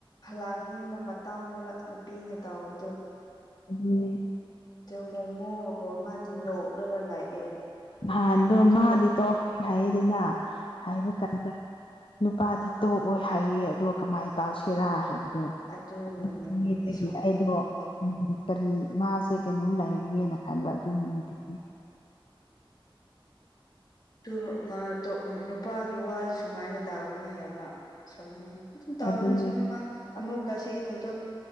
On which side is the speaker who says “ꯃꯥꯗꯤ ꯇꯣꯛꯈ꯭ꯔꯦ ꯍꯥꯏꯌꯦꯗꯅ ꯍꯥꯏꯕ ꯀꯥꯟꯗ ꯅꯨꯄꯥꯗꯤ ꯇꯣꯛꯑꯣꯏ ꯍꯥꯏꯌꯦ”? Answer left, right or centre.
Left